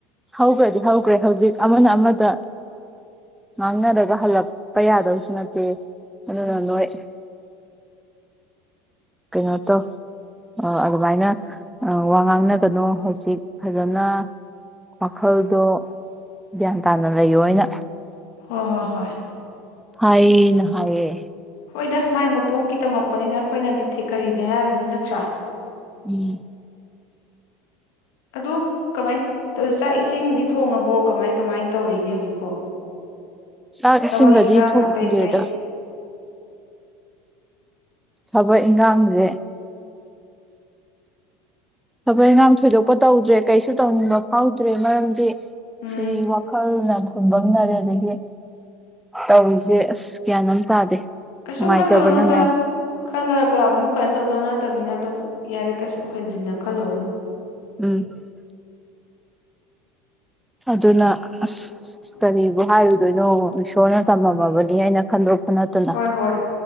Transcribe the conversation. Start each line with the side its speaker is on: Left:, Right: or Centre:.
Centre: ꯍꯧꯈ꯭ꯔꯗꯤ ꯍꯧꯈ꯭ꯔꯦ ꯍꯧꯖꯤꯛ ꯑꯃꯅ ꯑꯃꯗ ꯉꯥꯡꯅꯔꯒ ꯍꯜꯂꯛꯄ ꯌꯥꯗꯕꯁꯨ ꯅꯠꯇꯦ ꯑꯗꯨꯅ ꯅꯣꯏ ꯀꯩꯅꯣ ꯇꯧ ꯑꯗꯨꯃꯥꯏꯅ ꯋꯥ ꯉꯥꯡꯅꯒꯅꯨ ꯍꯧꯖꯤꯛ ꯐꯖꯅ ꯋꯥꯈꯜꯗꯣ ꯒ꯭ꯌꯥꯟ ꯇꯥꯅ ꯂꯩꯌꯣꯅ
Left: ꯍꯣ ꯍꯣ ꯍꯣꯏ
Centre: ꯍꯥꯏ ꯅ ꯍꯥꯏꯌꯦ
Left: ꯍꯣꯏꯗ ꯃꯥꯏ ꯃꯄꯣꯛꯀꯤ ꯇꯝꯃꯛꯄꯅꯤꯅ ꯑꯩꯈꯣꯏꯅꯗꯤꯤ ꯀꯔꯤ ꯍꯦꯔꯅꯤꯅꯠꯇ꯭ꯔꯥ
Centre: ꯎꯝ
Left: ꯑꯗꯨ ꯀꯃꯥꯏꯅ ꯆꯥꯛ ꯏꯁꯤꯡꯗꯤ ꯊꯣꯡꯉꯕꯣ ꯀꯃꯥꯏ ꯀꯃꯥꯏ ꯇꯧꯔꯤꯒꯦ ꯍꯧꯖꯤꯛꯄꯣ
Centre: ꯆꯥꯛ
Left: ꯊꯕꯛ
Centre: ꯏꯁꯤꯡꯒꯗꯤ
Left: ꯏꯟꯈꯥꯡ
Centre: ꯊꯣꯡꯗ꯭ꯔꯦꯗ
Left: ꯑꯇꯩ ꯑꯇꯩ
Centre: ꯊꯕꯛ ꯏꯟꯈꯥꯡꯁꯦ ꯊꯕꯛ ꯏꯪꯈꯥꯡ ꯊꯣꯏꯗꯣꯛꯄ ꯇꯧꯗ꯭ꯔꯦ ꯀꯩꯁꯨ ꯇꯧꯅꯤꯡꯕ ꯐꯥꯎꯗ꯭ꯔꯦ ꯃꯔꯝꯗꯤ
Left: ꯎꯝ
Centre: ꯁꯤ ꯋꯥꯈꯜ ꯅ ꯈꯟꯕꯅꯔꯦ ꯑꯗꯒꯤ ꯇꯧꯔꯤꯁꯦ ꯑꯁ ꯒ꯭ꯌꯥꯟꯣꯝ ꯇꯥꯗꯦ
Left: ꯀꯩꯁꯨ
Centre: ꯅꯨꯡꯉꯥꯏꯇꯕꯅꯅꯦ
Left: ꯈꯜꯂꯨꯔꯅꯨꯗ ꯈꯜꯂꯒ ꯑꯃꯨꯛ ꯀꯩꯅꯣ ꯇꯧꯗꯧꯅ ꯐꯠꯇꯅꯤꯅ ꯑꯗꯨꯝ ꯌꯥꯔꯦ ꯀꯩꯁꯨ ꯈꯟꯖꯤꯟꯅ ꯈꯜꯂꯨꯔꯅꯨ
Centre: ꯎꯝ ꯑꯗꯨꯅ ꯑꯁ ꯀꯔꯤꯕꯨ ꯍꯥꯏꯔꯨꯗꯣꯏꯅꯣ ꯏꯁꯣꯔꯅ ꯇꯝꯃꯝꯃꯕꯅꯤ ꯍꯥꯏꯅ ꯈꯟꯗꯣꯛ ꯑꯠꯇꯂ
Left: ꯍꯣꯏ ꯍꯣꯏ